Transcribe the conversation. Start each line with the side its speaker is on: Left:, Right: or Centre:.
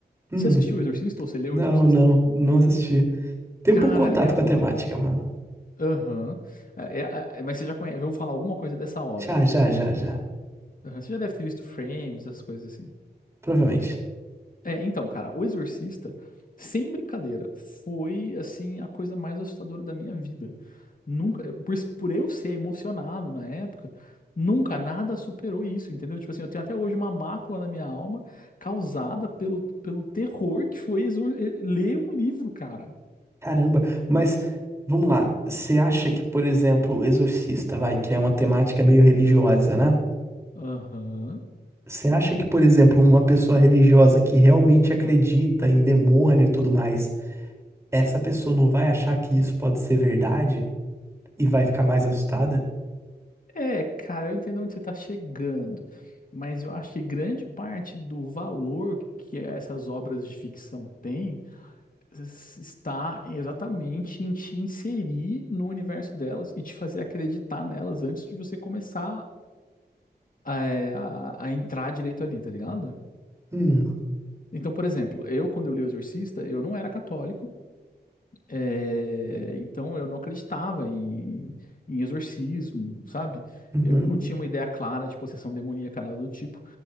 Right: Hum,
Left: Você assistiu o Exorcista ou você leu
Right: não,
Left: o Exorcista?
Right: não, não assisti. Tem
Left: Cara,
Right: pouco contato
Left: é um.
Right: com a temática, mano.
Left: Aham. É, é- é- mas você já conhece, eu vou falar alguma coisa dessa obra.
Right: Já, já, já, já.
Left: Aham, Você já deve ter visto frames, essas coisas assim.
Right: Provavelmente.
Left: É, então, cara, O Exorcista, sem brincadeira, foi assim a coisa mais assustadora da minha vida. Nunca, eu- por, isso- por eu ser emocionado na época, nunca nada superou isso, entendeu? Tipo assim, eu tenho até hoje uma mácula na minha alma causada pelo, pelo terror que foi exor- eh, ler um livro, cara.
Right: Caramba, mas vamos lá. Você acha que, por exemplo, Exorcista, vai, que é uma temática meio religiosa, né?
Left: Aham.
Right: Você acha que, por exemplo, uma pessoa religiosa que realmente acredita em demônio e tudo mais. essa pessoa não vai achar que isso pode ser verdade e vai ficar mais assustada?
Left: É, cara, eu entendo onde você está chegando, mas eu acho que grande parte do valor que essas obras de ficção têm está exatamente em te inserir no universo delas e te fazer acreditar nelas antes de você começar é, a, a entrar direito ali, tá ligado?
Right: Hum,
Left: Então, por exemplo, eu, quando eu li O Exorcista, eu não era católico. É, então eu não acreditava em, em exorcismo, sabe?
Right: uhum,
Left: Eu não tinha uma ideia clara de possessão demoníaca, nada do tipo.